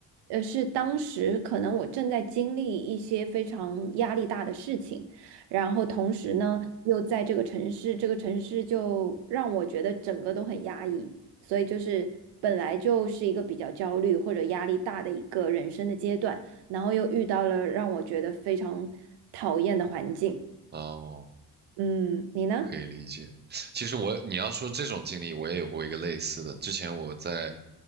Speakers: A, on the right; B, on the right.
A: 呃，是当时可能我正在经历一些非常压力大的事情，然后同时呢，又在这个城市，这个城市就让我觉得整个都很压抑，所以就是本来就是一个比较焦虑或者压力大的一个人生的阶段，然后又遇到了让我觉得非常讨厌的环境。
B: 哦，
A: 嗯，你呢？
B: 可以理解。其实我，你要说这种经历，我也有过一个类似的。之前我在